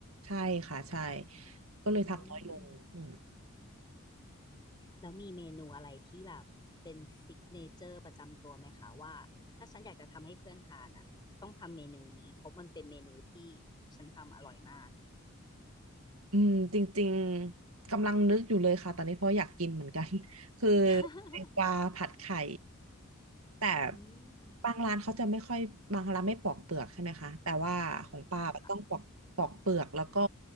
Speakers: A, on the right; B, on the left.
A: ใช่ค่ะใช่ก็เลยทำน้อยลงอืม
B: อืมแล้วมีเมนูอะไรที่แบบเป็นซิกเนเจอร์ประจำตัวไหมคะว่าถ้าฉันอยากจะทำให้เพื่อนทานอ่ะต้องทำเมนูนี้เพราะมันเป็นเมนูที่ฉันทำอร่อยมาก
A: อืมจริงๆกำลังนึกอยู่เลยค่ะตอนนี้เพราะอยากกินเหมือนกัน <laughs> คือ
B: <laughs>
A: แตงกวาผัดไข่แต่
B: อืม
A: บางร้านเขาจะไม่ค่อยบางร้านไม่ปอกเปลือกใช่ไหมคะแต่ว่าของป้าต้องปอกปอกเปลือกแล้วก็
B: ใช่ค่ะ